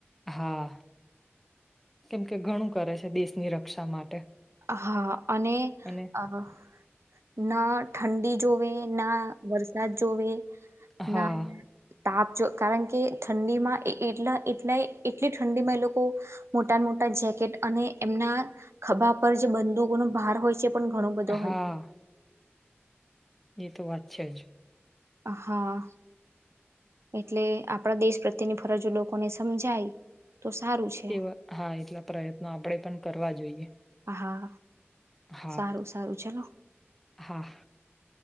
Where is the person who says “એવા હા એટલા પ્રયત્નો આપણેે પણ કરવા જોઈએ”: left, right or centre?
Centre